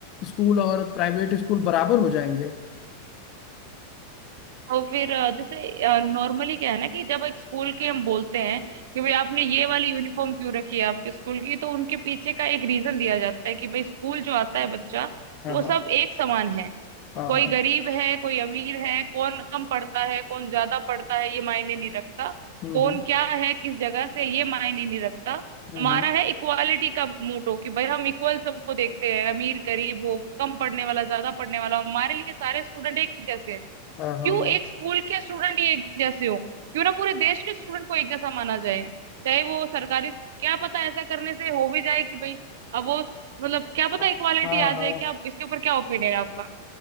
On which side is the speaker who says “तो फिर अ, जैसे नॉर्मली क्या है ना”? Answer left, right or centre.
Right